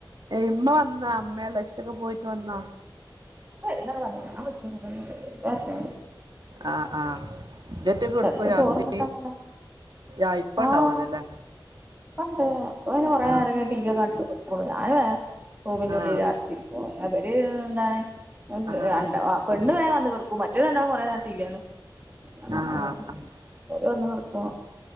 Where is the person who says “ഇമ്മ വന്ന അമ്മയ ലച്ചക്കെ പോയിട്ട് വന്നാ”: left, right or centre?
Right